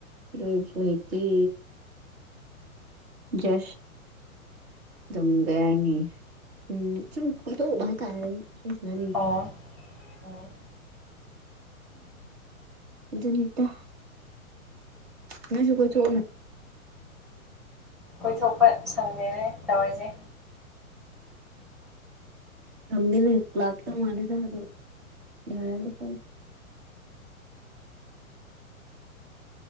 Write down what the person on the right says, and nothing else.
ꯏꯕꯁꯨꯗꯤ ꯁ ꯑꯗꯨꯨꯝꯒꯦ ꯎꯝ ꯆꯨꯝ ꯎꯕ ꯇꯔ ꯁꯤꯗ
ꯖꯅꯤꯇꯥ ꯅꯁꯨ ꯀꯆ
ꯝ ꯂꯩ ꯂꯥꯛ ꯇ ꯃꯅꯤꯔ ꯍꯥꯏꯗ ꯌꯥꯔ ꯌꯥ ꯐ